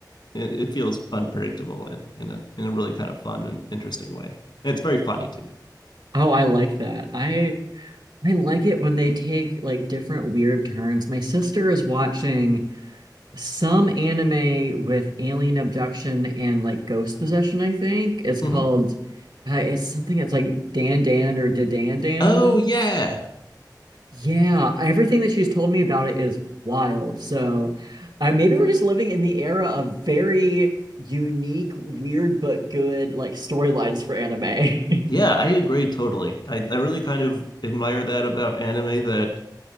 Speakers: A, on the left; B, on the right.
A: it, it feels unpredictable and in a in a really kind of fun and interesting way. And it's very funny too.
B: Oh, I like that. I I like it when they take like different weird turns. My sister is watching. some anime with alien abduction and like ghost possession, I think. It's
A: Mhm.
B: called uh, it's something that's like Dan Dan or Da Dan Dan.
A: Oh yeah,
B: Yeah, everything that she's told me about it is wild. So uh, maybe we're just living in the era of very unique, weird but good like storylines for anime. <laughs>
A: yeah, I agree totally. I I really kind of admire that about anime that